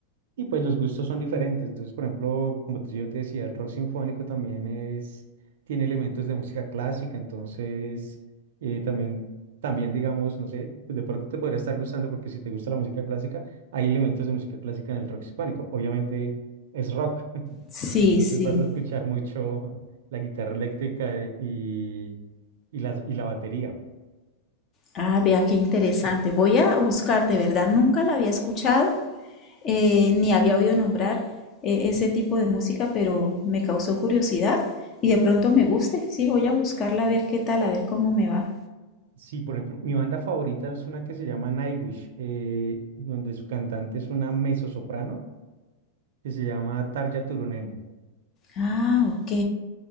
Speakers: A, on the right (about 70°); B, on the left (about 30°).
A: Y pues los gustos son diferentes. Entonces, por ejemplo, como te- yo te decía, el rock sinfónico también es, tiene elementos de música clásica. Entonces, eh, también, también digamos, no sé, pues, de pronto te podría estar gustando porque si te gusta la música clásica, hay elementos de música clásica en el rock sinfónico. Obviamente es rock,
B: sí,
A: entonces
B: sí.
A: vas a escuchar mucho la guitarra eléctrica eh, y, y, las- y la batería.
B: Ah, vea qué interesante. Voy a buscar, de verdad, nunca la había escuchado, eh, ni había oído nombrar eh, ese tipo de música, pero me causó curiosidad y de pronto me guste. Sí, voy a buscarla a ver qué tal, a ver cómo me va.
A: Sí, por ejemplo, mi banda favorita es una que se llama Nightwish, eh, donde su cantante es una mezzosoprano que se llama Tarja Turunen.
B: Ah, ok.